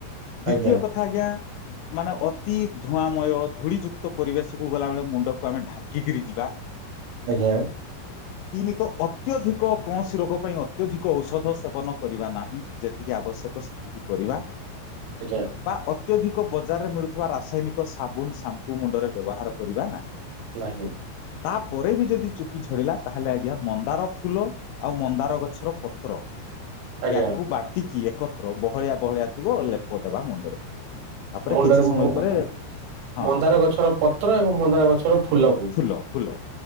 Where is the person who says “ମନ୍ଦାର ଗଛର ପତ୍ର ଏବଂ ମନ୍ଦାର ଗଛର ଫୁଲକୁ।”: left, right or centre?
Right